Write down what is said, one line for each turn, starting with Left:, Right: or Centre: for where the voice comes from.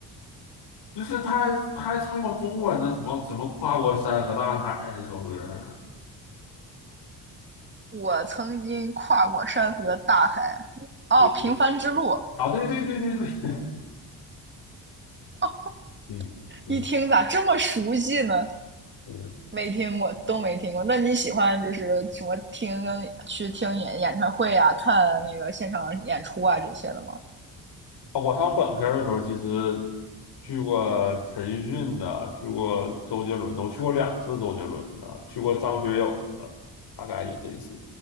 Left: 就是他还他还唱过中文的什么什么跨过山和大海那首歌儿
Right: 我曾经跨过山河大海。哦，
Left: 对。
Right: 平凡之路。
Left: 啊，对对对对对，
Right: 哦，
Left: 嗯嗯
Right: 一听咋这么熟悉呢？
Left: 嗯，
Right: 没听过，都没听过。那你喜欢就是什么听去听演演唱会啊，看那个现场演出啊这些的吗？
Left: 啊我上本科的时候，其实去过陈奕迅的，去过周杰伦的，我去过两次周杰伦的，去过张学友的，大概就这些。